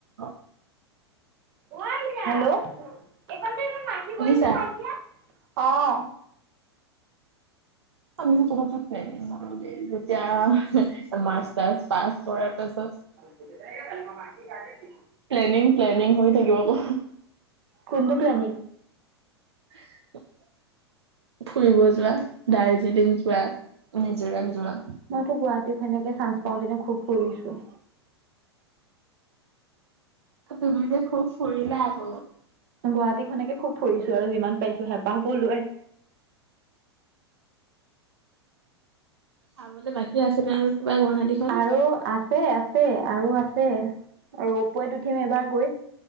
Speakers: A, on the right (about 75°); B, on the right (about 55°).
A: অ'।
B: অ' আইতা। এইকনতে ইমান মাখি
A: শুনিছা
B: পৰিছে চাহি আহ। অহ'।
A: আমিযে ক'বাত যাওঁতে, <inaudible> যেতিয়া মাচটাৰ্ছ পাছ কৰাৰ পাছত
B: <unintelligible>
A: প্লেনিং, প্লেনিং হৈ থাকিব আকৌ।
B: কোনটো প্লেনিং।
A: <unintelligible> ফুৰিব যোৱা, দাৰ্জিলিং যোৱা, মিজোৰাম যোৱা।
B: মইতো গুৱাহাটী সেনেকে চান্স পাওঁ তেনে খুব ফুৰিছোঁ।
A: তুমি যে খুব ফুৰিলা আকৌ।
B: গুৱাহাটীখন একে খুব ফুৰিছোঁ আৰু যিমান পাইৰিছোঁ হেঁপাহ পলোৱাই।
A: চাবলৈ বাকী আছে নে আৰু কিবা গুৱাহাটীত?
B: আৰু আছে আছে আৰু আছে আৰু অপৈত উঠিম এবাৰ গৈ।